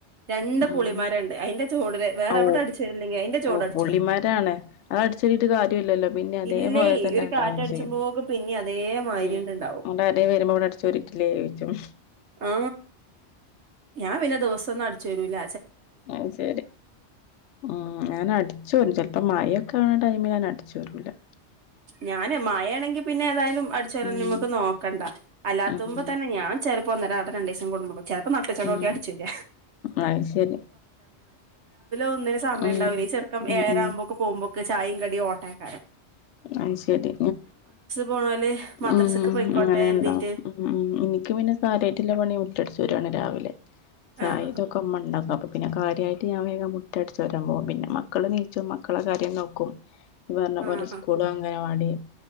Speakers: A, on the right; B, on the left.
A: രണ്ട്
B: ഉം
A: പുളിമരണ്ട്. ചോടില് വേറെ
B: ഓ
A: എവിടെ അടിച്ചു വാരില്ലെങ്കിലും അയിന്റെ ചോട്
B: ഓ
A: അടിച്ചു
B: പുള്ളിമാരാണ്
A: വാരണം
B: അത- ചെട്ട് കാര്യല്ലല്ലോ പിന്നെ അതേപോലെ
A: ഇല്ലേ
B: തന്നെ
A: ഒരു
B: ഉണ്ടാവു
A: കാറ്റടിച്ചുമ്പോക്ക്
B: ചെയ്യും
A: പിന്നിം അതേമായിരിണ്ട്ണ്ടാവും
B: ഉ. വരുമ്പോ ഇവിടെ അടിച്ചോറേറ്റില്ലേ ചോച്ചും.
A: ആ ഞാൻപിന്നെ ദിവസം ഒന്നും അടിച്ച് വാര്ല്ല
B: അ ശരി ഉ ഞാൻ അടിച്ചോറും ചിലപ്പോ മായൊക്കെ.. ആടൈമിൽഞൻ അടിച്ചു വരുള്ളൂ.
A: ഞാാന് മഴയാണെങ്കി പിന്നെ ഏതായാലും അടിച്ചര
B: ഉം
A: നമ്മക്ക് നോക്കണ്ട അല്ലാത്തുമ്പോ
B: ഉം
A: തന്നെ.. ആ ചിലപ്പോ..... രണ്ട് ദിവം കടുമ്പോ ചിലപ്പോ നട്ടുച്ചയ്ക്കൊക്കെ
B: ഉം
A: അടിച്ചുരാ..
B: അത് ശരി
A: ഒന്നും സമയംണ്ടാല്ലേ
B: ഉം
A: ഈ ചേർക്കാൻ
B: ഉം
A: ഏഴര
B: ഉം
A: ആകു പോമ്പോൊക്ക് ചായും കടിയ ഓട്ടേക്കാരൻ
B: ആ ശരി.
A: പോണോല് മദ്രസ്ക്ക്
B: ഉം
A: പൊയ്ക്കോട്ടെ
B: അങ്ങനെ
A: കരുതീട്ട്
B: ഉണ്ടാ ഉ ഉ എനിക്ക് പിന്നെ കാര്യയിട്ടളപ്പണി ന്മുറ്റടച്ച്ു വരുവാണി രാവിലെ... ചായഅതൊക്കെ
A: ആഹ്
B: മ്മുണ്ടാക്കി അപ്പ പിന്നെ കാര്യമായിട്ട് ഞാൻ വേഗം മുറ്റം അടിച്ച് വാരാൻ പോകും പിന്നെ മക്കള് നീച്ചും മക്കളെ കാര്യം നോക്കും. പറഞ്ഞ പോലെ
A: ആഹ്
B: സ്കൂള
A: ആഹ്
B: അങ്കണവാടി